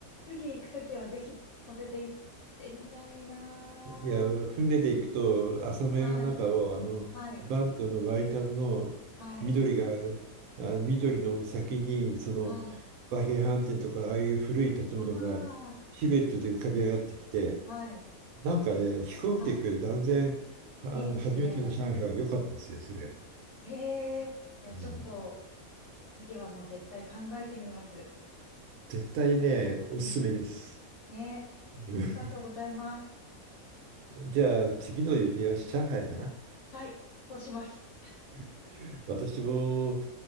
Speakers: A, on the left (about 60°); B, on the right (about 75°).
A: 次行くときはぜひそれで行ってみたいな
B: いや、船で行くと、浅間山の中を、
A: ー。はい。
B: あの、
A: はい。
B: バンドのワイタンの緑が、
A: はい。
B: あ、緑の先に、その、
A: はい。
B: 和平飯店とか、ああいう古い建物が、
A: ああ、
B: シルエットで浮かび上がってきて、
A: はい。
B: なんかね、飛行機で行く断然、
A: はい。
B: は初めての上海は良かったですよ、
A: いいですね。
B: それ。
A: ええいや、ちょっと、
B: うん、
A: 次はもう絶対考えてみます。
B: 絶対ね、おすすめです。
A: うん。ね。
B: うん
A: ありがとうございます。
B: じゃあ、次の予定は上海かな。
A: はい。そうします。
B: <laughs> 私も、